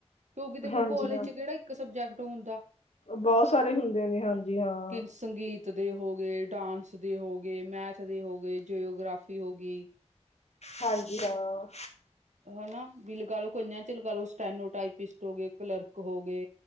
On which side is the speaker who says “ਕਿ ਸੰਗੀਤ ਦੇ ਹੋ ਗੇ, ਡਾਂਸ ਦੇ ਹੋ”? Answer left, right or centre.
Right